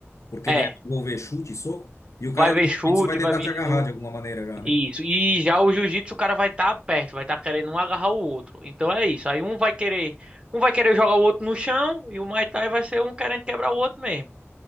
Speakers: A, on the left; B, on the right.
A: porque
B: É.
A: deve envolver chute e soco, e o
B: Vai
A: cara
B: ver
A: do jiu-jitsu
B: chute,
A: vai tentar
B: vai vir
A: te agarrar
B: soco.
A: de alguma maneira já, né?
B: Isso. E já o jiu-jitsu, o cara vai estar perto, vai estar querendo um agarrar o outro. Então é isso. Aí um vai querer. Um vai querer jogar o outro no chão e o Muay Thai vai ser um querendo quebrar o outro mesmo.